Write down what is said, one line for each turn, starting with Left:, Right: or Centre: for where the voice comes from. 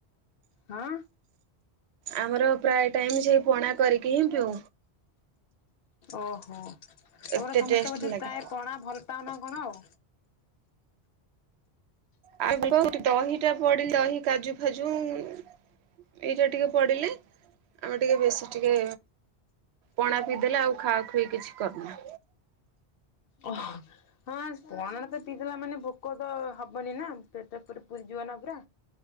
Left: ହଁ
Right: ଆମର ପ୍ରାୟ ଟାଇମ ସେଇ ପଣା କରିକି ହିଁ ପିଉ।
Left: ଓହୋ। ତମର
Right: ଏତେ
Left: ସମସ୍ତେ
Right: ଟେଷ୍ଟ
Left: ବୋଧେ
Right: ଲାଗେ।
Left: ପ୍ରାୟ ପଣା ଭଲ ପାଉନ କଣ ଆଉ
Right: ଆଉ ଦହିଟା ପଡିଲେ ଦହି କାଜୁ ଫାଜୁ ଏଇଟା ଟିକେ ପଡିଲେ ଆମେ ଟିକେ ବେଶୀ ଟିକେ ପଣା ପିଇଦେଲେ ଆଉ ଖାଆଖୁଇ କିଛି କରୁନା।
Left: ଓ ହଁ ପଣା ଟ ତ ପିଇଲା ମାନେ ଭୋକ ତ ହବନି ନା ପେଟ ଫେଟ ପୁର ଯିବ ନା ପୁରା